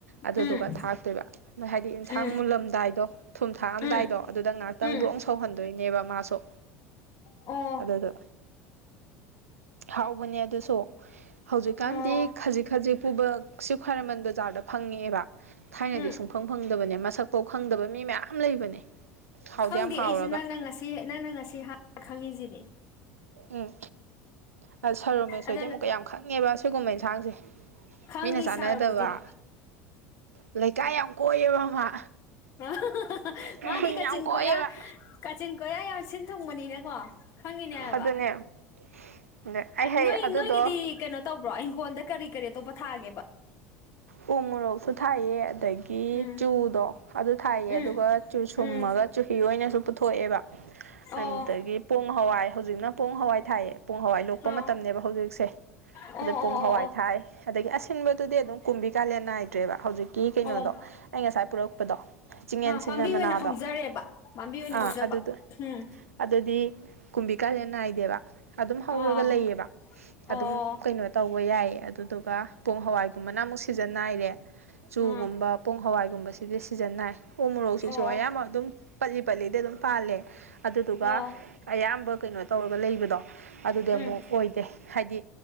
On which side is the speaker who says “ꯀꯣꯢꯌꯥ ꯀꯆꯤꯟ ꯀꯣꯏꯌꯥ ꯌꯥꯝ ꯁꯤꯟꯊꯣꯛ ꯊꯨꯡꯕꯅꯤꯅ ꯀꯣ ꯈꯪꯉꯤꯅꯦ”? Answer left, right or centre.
Left